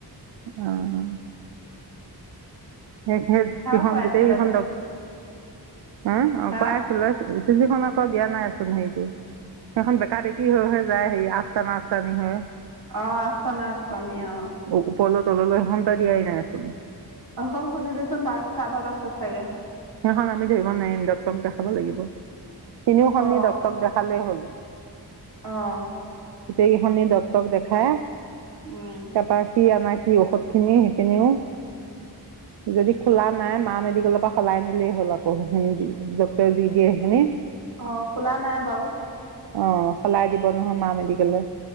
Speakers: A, on the right; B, on the right.
A: অ'। সেই সেই
B: সেয়াও
A: গীখন
B: কৰাইছিলেতো
A: গোটেই কেইখন ডক্ট, উম অ'
B: হা
A: কৰাই লৈছোঁ ই চি জিখন আকৌ দিয়া নাইচোন হেৰিটো। সেইখন বেকা বেকী হৈ হৈ যায়, হেৰি আচতানা আচতানি হৈ।
B: অ', আচতানা আচতানি অ।
A: ওপৰলৈ তললৈ সেইখন তই দিয়াই নাইচোন।
B: অঁ, সেইখন খুজিবিচোন তাক, তাৰ তাত আছে চাগে?
A: সেইখন আমি ধৰিব নোৱাৰিম ডক্টৰক দেখাব লাগিব। তিনিও খন
B: অ
A: নি ডক্টৰক দেখালেই হ'ল।
B: অঁ।
A: গোটেইকেইখনিক ডক্তৰক দেখাই
B: উম
A: তাৰপা সি আনা কি ঔষধ খিনি সেইখিনিও যদি খোলা নাই মা মেডিকেলৰ পৰা সলাই নিলেই হ'ল আকৌ সেইখিনি ডক্টৰে যি দিয়ে সেইখিনি।
B: অ খোলা নাই বাৰু।
A: অঁ, সলাই দিব নহয় মা মেডিকলে,